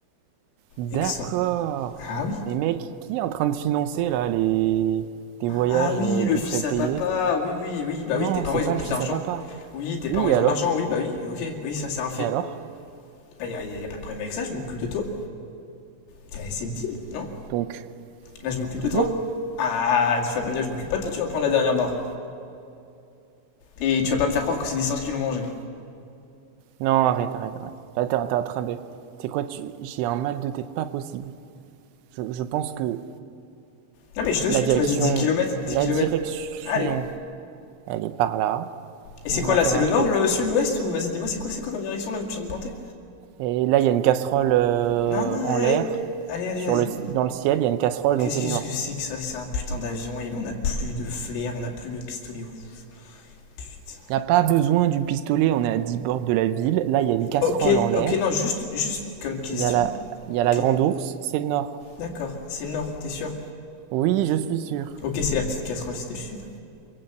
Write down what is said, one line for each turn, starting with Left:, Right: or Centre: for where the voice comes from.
Right: D'accord.
Left: Excellent. Ah oui.
Right: Mais mec, qui est en train de financer là les tes voyages
Left: Ah oui,
Right: euh,
Left: le
Right: tout
Left: fils
Right: frais payés?
Left: à papa. Oui, oui, oui. Bah
Right: Non,
Left: oui, tes parents,
Right: c'est
Left: ils
Right: pas
Left: ont plus
Right: le fils
Left: d'argent.
Right: à papa.
Left: Oui, tes
Right: Oui,
Left: parents, ils
Right: et alors?
Left: ont de l'argent. Oui, bah oui. Ok, oui, ça, c'est un fait.
Right: Et alors?
Left: Bah, y a, y a- pas de problème avec ça. Je m'occupe de toi. C'est- C'est le deal, non
Right: Donc,
Left: Là, je m'occupe
Right: donc
Left: de toi.
Right: non?
Left: Ah, tu vas pas me dire que je m'occupe pas de toi. Tu vas me prendre la dernière barre. Et tu vas pas me faire croire que c'est des singes qui l'ont mangé.
Right: Non, arrête, arrête, arrête. Là, t'es t'es en train de. C'est quoi, tu... j'ai un mal de tête pas possible. Je, je pense que
Left: Non, mais je te
Right: La
Left: suis.
Right: direction,
Left: Tu m'as dit 10 kilomètres, 10
Right: la
Left: kilomètres.
Right: direction,
Left: Allez.
Right: elle est par là.
Left: Et c'est
Right: On
Left: quoi
Right: va
Left: là
Right: faire
Left: C'est
Right: un
Left: le
Right: truc.
Left: nord, le sud, l'ouest Ou vas-y, dis-moi, c'est quoi, c'est quoi comme direction là où tu viens de porter
Right: Et là, il y a une casserole euh,
Left: Non, non,
Right: en
Left: allez.
Right: l'air.
Left: Allez, allez,
Right: Sur
Left: vas-y.
Right: le, dans le ciel, il y a une casserole, donc
Left: Qu'est-ce
Right: c'est le nord.
Left: que c'est que ça C'est un putain d'avion et on n'a plus de flair, on n'a plus le pistolet. Oh, putain.
Right: Il n'y a pas besoin du pistolet, on est à 10 bords de la ville. Là, il y a une casserole
Left: Ok,
Right: en l'air.
Left: ok, non, juste, juste comme question.
Right: Il y a la, il y a la
Left: Ok,
Right: grande ours, c'est le nord.
Left: D'accord, c'est le nord, t'es sûr
Right: Oui, je suis sûr.
Left: Ok, c'est la petite casserole, c'était le sud.